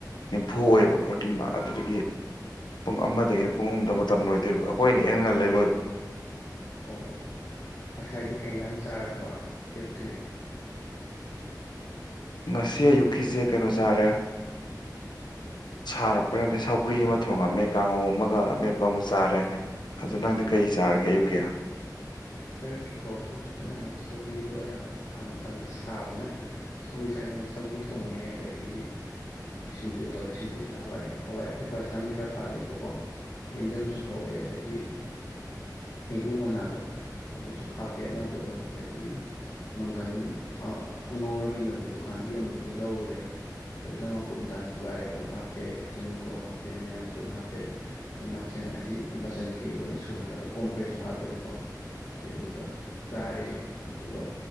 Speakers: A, on the left; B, on the left.
A: ꯅꯤꯝꯐꯨ ꯑꯣꯏꯌꯦꯕ ꯐꯣꯔꯇꯤꯅ ꯃꯥꯛ ꯑꯗꯨꯗꯒꯤ ꯄꯨꯡ ꯑꯃꯗꯒꯤꯅ ꯄꯨꯡ ꯑꯍꯨꯝꯗ ꯃꯇꯝ ꯂꯣꯏꯗꯣꯏꯕ ꯑꯩꯈꯣꯏꯅ ꯏꯉꯟ ꯉꯜꯂꯦ ꯂꯣꯏꯕ
B: ꯑꯣ ꯉꯁꯥꯏꯗꯤ ꯀꯩ ꯢꯟꯖꯥꯡ ꯆꯥꯔꯕ ꯑꯌꯨꯛꯇꯒꯤ
A: ꯉꯁꯤ ꯑꯌꯨꯛꯀꯤꯖꯦ ꯀꯩꯅꯣ ꯆꯥꯔꯦ ꯁꯥꯔꯛꯄ ꯀꯟꯗ ꯁꯧꯒ꯭ꯔꯤ ꯑꯃ ꯊꯣꯡꯉꯝꯃꯦ ꯀꯥꯡꯉꯧ ꯑꯃꯒ ꯑꯃꯦꯠꯄ ꯑꯃꯒ ꯆꯥꯔꯦ ꯑꯗꯣ ꯅꯪꯗꯤ ꯀꯩ ꯆꯥꯔꯒꯦ ꯑꯌꯨꯛꯀꯤ
B: ꯑꯌꯨꯛꯀꯤꯀꯣ ꯑꯩꯈꯣꯏꯁꯨ ꯆꯞ ꯃꯥꯟꯅꯩ ꯁꯧꯒꯔꯤ ꯑꯗꯨꯒ ꯑꯩꯅ ꯃꯇꯝꯗ ꯁꯥꯕꯅꯤꯅ ꯁꯧꯒꯔꯤ ꯆꯥꯅꯤꯉꯦꯅ ꯉꯦꯅ ꯁꯧꯒꯔꯤ ꯊꯣꯡꯉꯦ ꯑꯗꯒꯤꯗꯤ ꯑꯩꯈꯣꯏ ꯁꯤꯡꯖꯨ ꯇꯧꯋꯦ ꯁꯤꯡꯖꯨꯁꯤꯗ ꯍꯋꯥꯏ ꯍꯋꯥꯏ ꯑꯩꯈꯣꯏ ꯍꯋꯥꯏ ꯁꯥꯡꯕꯤ ꯈꯔ ꯄꯥꯜꯂꯦꯕꯀꯣ ꯌꯦꯟꯗꯝꯁꯨ ꯍꯧꯋꯦ ꯑꯗꯒꯤ ꯍꯩꯕꯨꯨ ꯃꯅꯥꯗꯣ ꯑꯗꯨꯁꯨ ꯍꯥꯞꯄꯦ ꯑꯅꯧꯕꯗꯣ ꯑꯗꯒꯤ ꯃꯪꯒꯟ ꯑꯉꯧꯔꯒ ꯌꯣꯟꯕ ꯗꯨꯀꯥꯟꯗ ꯌꯣꯟꯕꯗꯨ ꯂꯧꯔꯨꯔꯦ ꯐꯖꯅ ꯃꯀꯨꯞ ꯗꯥ ꯁꯨꯒꯥꯏꯔꯦ ꯑꯗꯨ ꯍꯥꯞꯄꯦ ꯇꯨꯅꯤꯡꯀꯣꯛ ꯍꯥꯞꯄꯦ ꯃꯌꯥꯡꯇꯣꯟ ꯍꯥꯞꯄꯦ ꯃꯊꯦꯜ ꯍꯥꯏꯗꯤ ꯃꯆꯟ ꯀꯩꯀꯩ ꯂꯣꯏꯅ ꯁꯨꯍꯜꯂꯒ ꯀꯣꯝꯄ꯭ꯔꯦꯁꯁꯨ ꯍꯥꯞꯄꯦꯕꯀꯣ ꯑꯗꯨꯗꯨꯒ ꯆꯥꯔꯦ ꯑꯗꯨꯗꯨꯒ